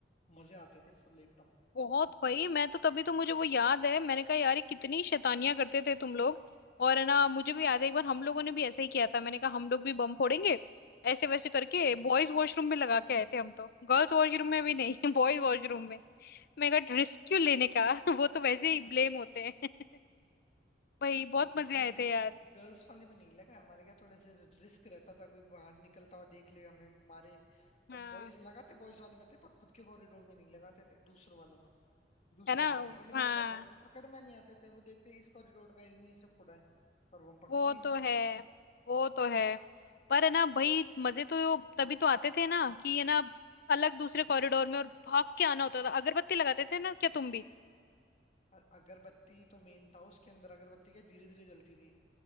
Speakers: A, on the left; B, on the left.
A: मजे आते थे फुल एकदम
B: बहुत भाई मैं तो तभी तो मुझे वो याद है मैंने कहा यार ये कितनी शैतानियां करते थे तुम लोग और है ना मुझे भी याद है एक बार हम लोगों ने भी ऐसा ही किया था मैंने कहा हम लोग भी बम फोड़ेंगे ऐसे वैसे करके
A: हम्म,
B: बॉयज वॉशरूम में लगा के आए थे हम तो गर्ल्स वॉशरूम में भी नहीं <laughs> बॉयज वॉशरूम में मैं कहा रिस्क क्यों लेने का <laughs> वो तो वैसे ही ब्लेम होते हैं <laughs> भाई
A: वो
B: बहुत मजे
A: तो है नहीं
B: आए
A: हमने
B: थे यार
A: गर्ल्स वाले में नहीं लगा हमारे क्या थोड़े से रिस्क रहता था कोई बाहर निकलता हुआ देख ले हमें मारे तो
B: हाँ
A: हम बॉयज लगाते बॉयज वाले में थे पर खुद के कॉरिडोर में नहीं लगाते थे दूसरों वालों में दूसरे
B: है ना
A: हमारे वाले में
B: हाँ
A: लगाते थे तो पकड़ में नहीं आते थे वो देखते इस कॉरिडोर का इन्हीं से फोड़ा है पर वो हम पकड़
B: वो
A: में ही नहीं
B: तो
A: आते
B: है
A: थे
B: वो तो है पर है ना भाई मजे तो तभी तो आते थे ना कि ये ना अलग दूसरे कॉरिडोर में और भाग के आना होता था अगरबत्ती लगाते थे ना क्या तुम भी
A: अ- अगरबत्ती तो मेन था उसके अंदर अगरबत्ती क्या धीरे धीरे जलती थी